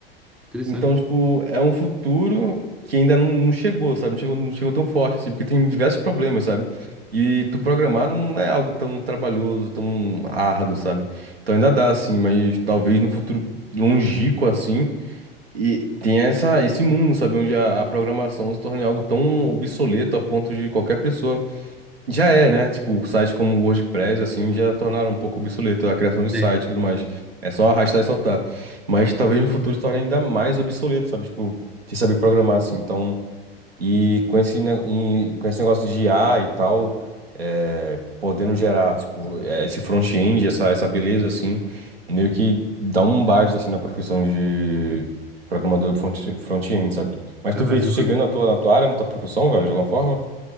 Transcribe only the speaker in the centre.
Interessante.
É.
Caramba,
velho.